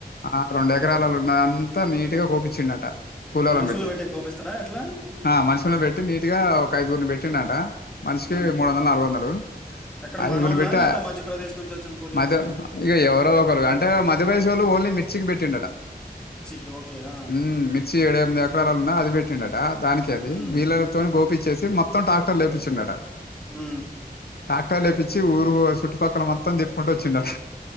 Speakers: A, on the left; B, in the centre.
A: ఆ రొండ్ ఎకరాలల్ ఉన్న అంత నీటిగా కోపిచ్చిండంట. కూలోలన్
B: మనుషుల్ని
A: పెట్టి
B: కోపిస్తారా ఎట్లా?
A: ఆ మనుషులు పెట్టి నీటిగా ఒక ఐదుగురుని పెట్టిండంట మనిషికీ
B: హ్మ్.
A: మూడ్ వందల్ నాలుగు వందలు
B: ఎక్కడ
A: ఐదుగురిని
B: మనోళ్ళా?
A: పెట్టా
B: లేకపోతే మధ్యప్రదేశ్ నుంచి వచ్చిన కూలీలా?
A: మధు ఇగ ఎవరో ఒకరు అంటే మధు వయసోళ్ళు ఓన్లీ మిర్చికి పెట్టిండట
B: కీ ఓకేయా
A: ఉమ్ మిర్చి ఏడెనిమిది ఎకరాల్ ఉన్న అది పెట్టిండట దానికే అది
B: హ్మ్.
A: వీళ్లతోని కోపిచ్చేసి మొత్తం ట్రాక్టర్లేపిచ్చిండట.
B: మ్
A: టాక్టర్లేపిచ్చి ఊరూ చుట్టుపక్కల మొత్తం తిప్పుకుంట వచ్చిండట